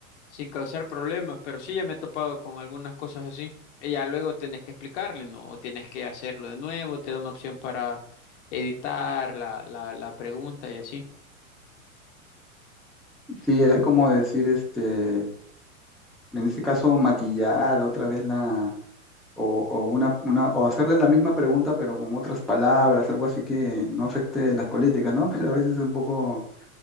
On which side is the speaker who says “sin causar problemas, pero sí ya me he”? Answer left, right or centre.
Left